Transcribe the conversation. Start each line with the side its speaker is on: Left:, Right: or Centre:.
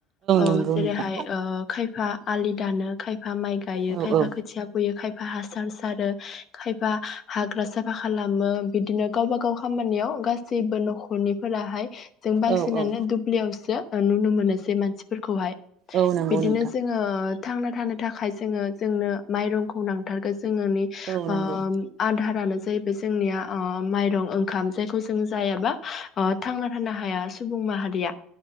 Left: औ
Right: नंगौ
Left: जेरैहाय
Right: नोंथां
Left: ओ खायफा आलि दानो खायफा खायफा माइ गायो
Right: औ
Left: खायफा
Right: औ
Left: खोथिया फोयो खायफा हासार सारो खायफा हाग्रा साफा खालामो बिदिनो गावबा गाव खामानियाव गासैबो न'खरनिफोराहाय जों बांसिनानो
Right: औ औ
Left: दुब्लियावसो नुनो मोनोसै मानसिफोरखौहाय
Right: औ नंगौ
Left: बिदिनो
Right: नोंथां
Left: जोङो थांना थानो थाखाय जोङो जोंनो माइरंखौ नांथारगो जों न'नि
Right: औ
Left: ओम
Right: नंगौ
Left: आधारानो जाहैबाय जोंनिया ओ माइरं ओंखाम जायखौ जों जायाबा थांना थानो हाया सुबुं माहारिया।